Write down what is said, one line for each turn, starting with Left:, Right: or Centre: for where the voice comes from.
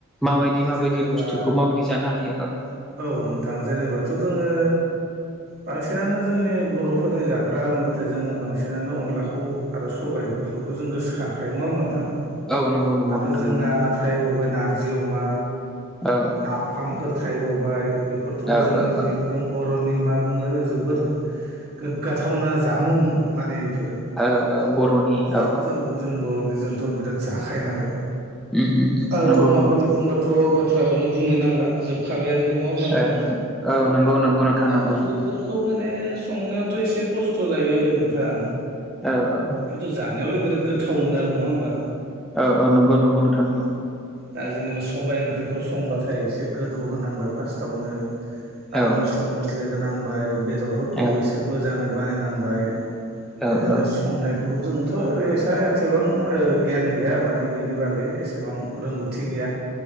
Centre: माबायदि माबायदि
Right: जेनेबा
Centre: बुस्थुखौ माबायदि जानो हायो ओं
Right: औ नोंथां जेनेबाथ' जोङो बांसिनानो जोंनि बर'फोरनि जाग्रा होनबाथाय जोङो बांसिनानो अनलाखौ आरो सबाइ बेफोरखौ जों गोसोखांखायो नङा नोंथां।
Centre: औ नंगौ नंगौ
Right: आरो
Centre: नोंथां
Right: जोंना
Centre: नंगौ
Right: थायोबोबाय नारजि अमा
Centre: औ
Right: नाफाम फोर थायबावबाय बेफोरथ'
Centre: औ
Right: जोंनि
Centre: औ
Right: दम बर'नि मा बुङो जोबोर गोग्गाथावना जामुं माने बेफोरो। बे
Centre: औ बर'नि औ
Right: जों जों बर'नि जोंथ' बिराद जाखायो नालाय।
Centre: उम उम
Right: आरो
Centre: नंगौ
Right: अमा
Centre: नंगौ
Right: बेदर बुंबाथ' बाथ्राखौनो बुंनो नांला जोब हुखाबायानो नङा होनोम नोंथां
Centre: औ औ नंगौ नंगौ नोंथां
Right: दा
Centre: नंगौ
Right: बेफोर
Centre: नंगौ
Right: खौ माने संनायावथ' एसे खस्थ' जायो नोंथां।
Centre: औ औ औ।
Right: खिन्थु जानायलाय बिराद गोथाव मोनो आरो नङा होनबा।
Centre: औ औ नंगौ नंगौ नोंथां नांगौ।
Right: दा जेनेबा सबायाइ ओंख्रिखौ संबाथाय एसे गोदौ होनांबाय फार्स्टआवनो। आरो
Centre: औ
Right: मस्ला मस्लि होनांबाय बेदरफोरखौ
Centre: औ
Right: एसे मोजाङै बानायनांबाय।
Centre: औ
Right: बिदिनो
Centre: औ
Right: संनायखौ जोंथ' ओरैबायसा एसेबां गियान गैया माने बेनि बागै एसेबां रोंगौथि गैया।